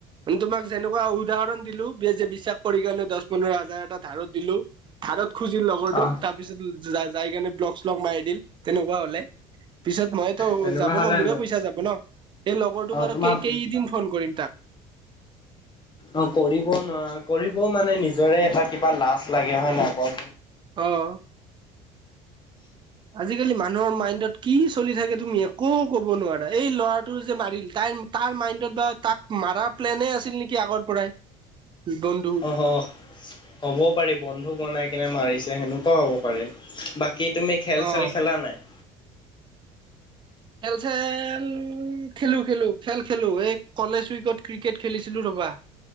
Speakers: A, on the right; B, on the left.
A: মানে তোমাক যেনেকুৱা উদাহৰণ দিলো যে বিশ্বাস কৰি কানে দহ পোন্ধৰ হাজাৰ এটা ধাৰত দিলো। ধাৰক খুজিল লগৰটো
B: অ
A: তাৰপিছত যাই - যাই কেনে ব্লক শ্লগ মাৰি দিল তেনেকুৱা হলে। পিছত মই তো
B: তেনেকুৱা
A: যাব
B: হ'লে
A: ন মোৰে পইচা যাব ন এই লগৰটোক
B: অ
A: আৰু
B: তোমাক
A: কেই - কেই দিন ফোন কৰিম তাক।
B: অ, কৰিব নোৱাৰা কৰিবও মানে নিজৰে এটা কিবা লাজ লাগে হয় ন আকৌ।
A: অ', আজিকালি মানুহৰ মাইণ্ডত কি চলি থাকে তুমি একো কব নোৱাৰা এই ল'ৰাটো যে মাৰিল তাইৰ তাৰ মাইণ্ডত বা তাক মাৰাৰ প্লেনে আছিল নেকি আগৰ পৰাই? বন
B: অ, হ'বও পাৰি বন্ধুক বনাই কিনে মাৰিছে সেনেকুৱাও হ'ব পাৰে। বাকী তুমি খেল
A: অ
B: চেল খেলা নাই।
A: খেল-খেল খেলো-খেলো খেল খেলো এই কলেজ উইকত ক্ৰিকেট খেলিছিলো ৰবা।